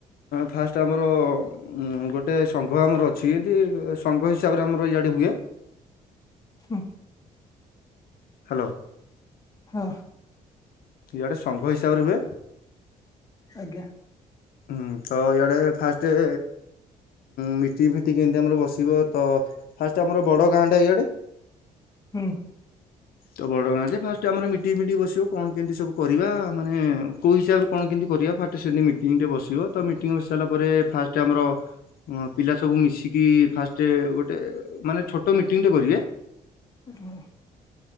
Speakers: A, on the left; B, on the left.
A: ଫାଷ୍ଟ ଆମର ଗୋଟେ ସଂଘ ଆମର ଅଛି। ଏମିତି ସଂଘ ହିସାବରେ ଆମର ଇଆଡ଼େ ହୁଏ।
B: ହୁଁ
A: ହାଲୋ।
B: ହଁ।
A: ଇଆଡେ ସଙ୍ଘ ହିସାବରେ ହୁଏ।
B: ଆଜ୍ଞା।
A: ହୁଁ ତ ଇଆଡେ ଫାଷ୍ଟ ମିଟିଙ୍ଗ୍ ଫିଟିଙ୍ଗ ଏମିତି ଆମର ବସିବ ତ ଫାଷ୍ଟ ଆମର ବଡ଼ ଗାଁ ଟା ଇଆଡ଼େ
B: ହୁଁ।
A: ତ ବଡ ଗାଁରେ ଫାଷ୍ଟ ଆମର ମିଟି ଫିଟି ବସିବ କଣ କେମିତି ସବୁ କରିବା ମାନେ କୋଉ ହିସାବରେ? କଣ କେମିତି କରିବା ଫାଷ୍ଟ ସେମିତି ମିଟିଂଟେ ବସିବ ତ ମିଟିଂ ବସିସାରିଲା ପରେ ଫାଷ୍ଟ ଆମର ହଁ ପିଲା ସବୁ ମିଶିକି ଫାଷ୍ଟ ଗୋଟେ ମାନେ ଛୋଟ ମିଟିଂ ଟେ କରିବେ
B: ହଁ।